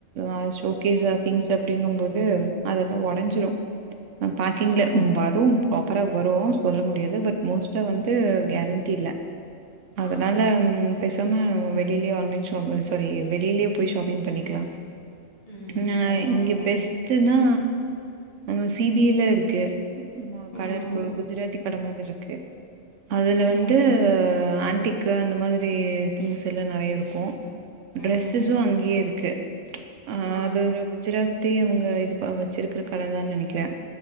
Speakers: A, on the right (about 70°); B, on the left (about 30°).
A: ஆ ஷோகேஷ அ திங்ஸு அப்டிங்கும்போது அதல்லா ஒடஞ்சிடு அ பாக்கிங்ள
B: ஆ
A: ம் வரு ஃப்ராப்பரா வரு சொல்ல முடியாது பட் மோஸ்ட் டா வந்து கேரண்டி இல்ல அதனால
B: ஆ
A: ம் பேசாம வெளியில்யே ஆன்லைன் ஷாப்பு சோரி வெளியிலே போய் ஷாப்பிங் பண்ணிக்லா
B: ம்
A: நா
B: சரி
A: இங்க
B: ஓகே
A: பெஸ்ட்டுன்னா நம்ம சி பி ல இருக் க்கு உம் ஒரு கட
B: ம்
A: இருக்கு ஒரு குஜராத்தி கட மாதிரி இருக்கு அதுல
B: ம்
A: வந்து ஆண்டிக்கு அந்த மாதிரி திங்ஸ் எல்லா நெறையா இருக்கு
B: ம்
A: ட்ரெஸ்ஸஸு அங்கேயே இருக்கு அ
B: ஆ
A: அது ஒரு குஜராத் தி இவங்க இது ப வச்சிருக்கிற கடதா நெனைக்கிற